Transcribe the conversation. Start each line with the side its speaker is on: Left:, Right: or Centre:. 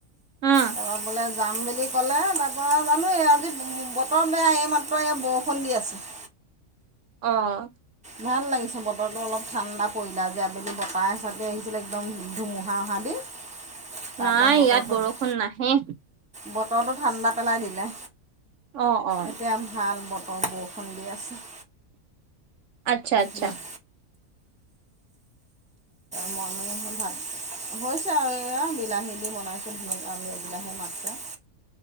Right: উম
Centre: তোমাক বোলে যাম বুলি ক'লে, তাৰপৰা জানো এই আজি বতৰ বেয়া এইমাত্ৰ এই বৰষুণ দি আছে। <inaudible>
Right: অ'।
Centre: ভাল লাগিছে বতৰটো অলপ ঠাণ্ডা পৰিলে যে আবেলি বতাহ এচতেই আহিছিলে একদম ধুমুহা অহা দি। <inaudible> তাৰপৰা
Right: নাই,
Centre: বতৰটো
Right: ইয়াত বৰষুণ নাহে।
Centre: বতৰটো ঠাণ্ডা পেলাই দিলে,
Right: অ অ
Centre: এতিয়া ভাল বতৰ অ' বৰষুণ দি আছে।
Right: আচ্ছা আচ্ছা।
Centre: বহুত মই মানে ভাত হৈছে আৰু এইয়া বিলাহী দি বনাইছোঁ ধুনীয়াকে আলু বিলাহী মাছে।